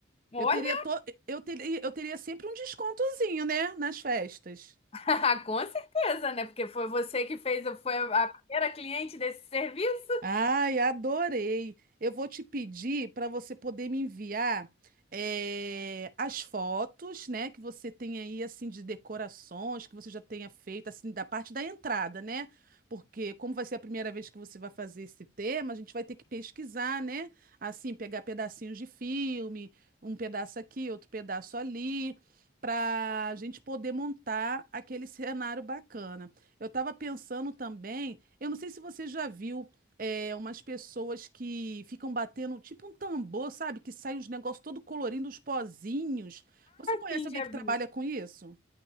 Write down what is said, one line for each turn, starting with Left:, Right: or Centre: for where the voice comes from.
Left: olha,
Right: Eu teria, to... eu teria, eu teria sempre um descontozinho, né, nas festas.
Left: <laughs> com certeza, né? Porque foi você que fez, foi a primeira cliente desse serviço,
Right: Ai, adorei. Eu vou te pedir para você poder me enviar eh, as fotos, né, que você tem aí assim de decorações que você já tenha feito assim da parte da entrada, né? Porque como vai ser a primeira vez que você vai fazer esse tema, a gente vai ter que pesquisar, né? Assim, pegar pedacinhos de filme, um pedaço aqui, outro pedaço ali, para a gente poder montar aquele <laughs> cenário bacana. Eu estava pensando também, eu não sei se você já viu é, umas pessoas que ficam batendo, tipo um tambor, sabe? Que sai uns negócios todo colorindo, uns pozinhos. Você conhece
Left: sim,
Right: alguém
Left: já
Right: que
Left: vi.
Right: trabalha com isso?